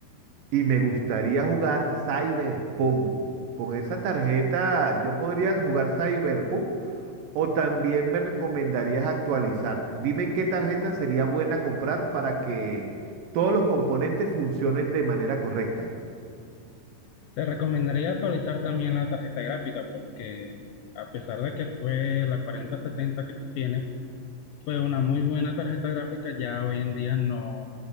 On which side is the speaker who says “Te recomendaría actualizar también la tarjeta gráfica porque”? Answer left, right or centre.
Left